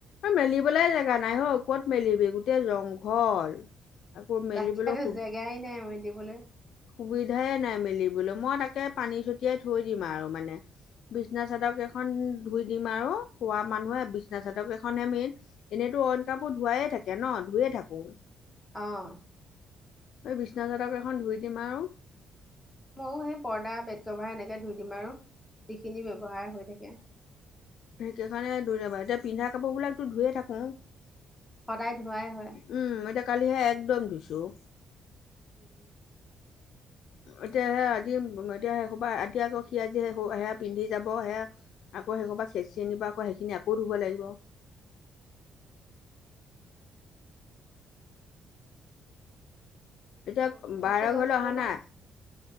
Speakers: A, on the left (about 70°); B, in the centre.
A: মেলিবলৈ জেগা নাই হ, কত মেলিবি গোটেই জংঘল। আকৌ মেলিবলৈ
B: তাকে টো
A: সু
B: জেগাই নাই মেলিবলে।
A: সুবিধাই নাই মেলিবলৈ মই তাকে পানী ছটিয়াই থৈ দিম আৰু মানে। বিছনা চাদক এখন ধুই দিম আৰু হোৱা মানুহে বিছনা চাদকেখনেই মেইন। <unintelligible> এনেইতো অইন কাপো ধুৱাই থাকে ন ধুয়ে থাকো।
B: অহ
A: এই বিছনা চাদক কেইখন ধুই দিম আও।
B: ময়ো সেই পৰ্দা বেট কভাৰ এনেকে ধুই দিম আও, যিখিনি ব্যৱহাৰ হৈ থাকে।
A: হেইটো কাৰণে ধুইলবা এতিয়া পিন্ধা কাপোৰ বিলাকতো ধুয়ে থাকো। উম
B: সদায় ধোৱাই হয়।
A: এতিয়া কালিহে একদম ধূইছো।
B: উম
A: এতিয়া সে আজি এতিয়া এসোবা আদি আকৌ সি আজি সেয়া পিন্ধি যাব সেয়া। <unintelligible> আকৌ সেই হূপা খেচেৰি নিব আকৌ সেইখিনি আকৌ ধুব লাগিব। <unintelligible>
B: উম
A: এতিয়া
B: অমু
A: বাৰে
B: বাছিলে
A: ঘৰলৈ
B: যাবলৈ
A: অহা নাই